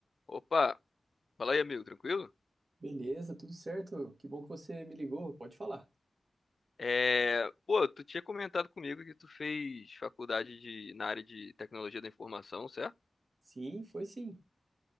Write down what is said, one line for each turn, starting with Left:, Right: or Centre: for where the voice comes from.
Left: Opa, fala aí, amigo, tranquilo?
Right: Beleza, tudo certo. Que bom que você me ligou. Pode falar.
Left: É, pô, tu tinha comentado comigo que tu fez faculdade de, na área de tecnologia da informação, certo?
Right: Sim, foi sim.